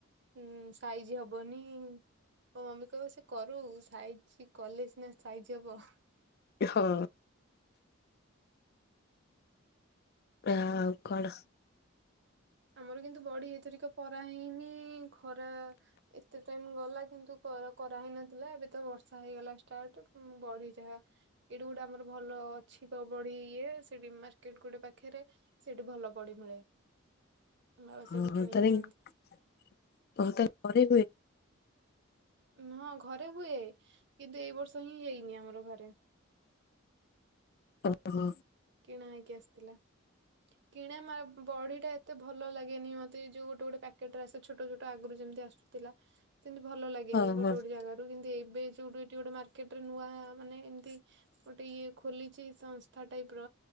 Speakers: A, on the right; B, on the left.
A: ହୁଁ ସାଇଜ୍ ହବନି। ମୋ ମମି କହିବ ସେ କରୁ ସାଇଜ୍ କଲେ ସିନା ସାଇଜ୍ ହବ।
B: ହଁ। ଆ ଆଉ କଣ?
A: ଆମର କିନ୍ତୁ ବଡ଼ି ଏଇଥରିକ ପରା ହେଇନି ଖରା ଏତେ ଟାଇମ୍ ଗଲା କିନ୍ତୁ କରା କରାହେଇନଥିଲା ଏବେ ତ ବର୍ଷା ହେଇଗଲା ଷ୍ଟାର୍ଟ ବଡ଼ି ଯାହା ଏଇଠୁ ଗୋଟେ ଆମର ଭଲ ଅଛି ତ ବଡ଼ି ଇଏ ସେଠି ମାର୍କେଟ ଗୋଟେ ପାଖରେ ସେଠି ଭଲ ବଡ଼ି ମିଳେ। ଆଉ
B: ହଁ,
A: ସେଇଠୁ
B: ହଁ
A: କିଣିକି
B: ତାରେ
A: ଆଣନ୍ତି
B: ହଁ ତାରଲେ କରି ହୁଏ
A: ହଁ ଘରେ ହୁଏ କିନ୍ତୁ ଏଇ ବର୍ଷ ହିଁ ହେଇନି ଆମର ଘରେ।
B: ଓ ହୋ।
A: କିଣା ହେଇକି ଆସିଥିଲା। କିଣା ମା ବଡି ଟା ଏତେ ଭଲ ଲାଗେନି ମୋତେ ଯୋଉ ଗୋଟେ ଗୋଟେ ପ୍ୟାକେଟ ରେ ଆସେ ଛୋଟ ଛୋଟ ଆଗରୁ ଯେମିତି ଆସୁ ଥିଲା ସେମିତି ଭଲ ଲାଗେନି
B: ହଁ
A: ଗୋଟେ
B: ହଁ।
A: ଗୋଟେ ଜାଗାରେ। କି ଏବେ ଯୋଉଠୁ ଏଠି ଗୋଟେ ମାର୍କେଟରେ ନୂଆ ମାନେ ଏମିତି ଗୋଟେ ଇଏ ଖୋଲିଛି ସା କ ଟାଇପ୍ ର